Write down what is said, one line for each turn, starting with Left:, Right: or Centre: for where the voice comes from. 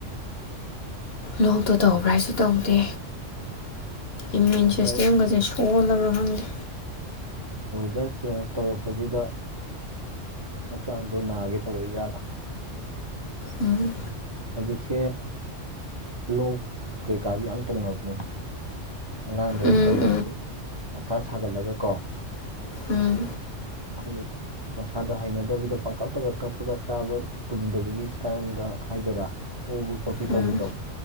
Left: ꯂꯣꯛꯇꯣ ꯇꯧꯕ꯭ꯔ ꯍꯥꯏꯁꯨ ꯇꯧꯗꯦ ꯏꯃ꯭ꯌꯨꯟ
Right: ꯋꯦꯗꯔ
Left: ꯁꯤꯁꯇꯦꯝꯒꯁꯦ ꯁꯣ ꯑꯣꯜꯂꯕ꯭ꯔꯥꯥ ꯈꯪꯗꯦ
Right: ꯋꯦꯗꯔ ꯆꯦꯟꯖ ꯇꯧꯔꯛꯄꯁꯤꯗ ꯍꯛꯆꯥꯡꯗꯣ ꯅꯥꯒꯦ ꯇꯧꯔꯛꯏꯖꯥꯠꯂ
Left: ꯎꯝ
Right: ꯍꯧꯖꯤꯛꯁꯦ ꯂꯣꯛ ꯀꯩꯀꯥꯗꯤ ꯌꯥꯝ ꯇꯧꯅꯕꯅꯦ ꯑꯉꯥꯡꯗꯒꯤ
Left: ꯎꯝ
Right: ꯀꯔꯤꯗꯒꯤ ꯃꯁꯥ ꯁꯥꯒꯠꯂꯒ ꯀꯣ
Left: ꯎꯝ ꯎꯝ
Right: ꯈꯣꯏꯒꯤ ꯃꯁꯥꯗ ꯍꯩꯅꯗꯕꯤꯗ ꯄꯪꯀꯞꯇꯒ ꯀꯞꯄꯒ ꯆꯥꯕ ꯇꯨꯝꯗꯕꯒꯤ ꯏꯁꯇꯥꯏꯜꯗ ꯍꯥꯏꯗꯣꯏꯔꯥ ꯑꯣꯕꯤ ꯈꯣꯠꯄꯤ
Left: ꯎꯝ
Right: ꯇꯧꯕꯤꯗꯣ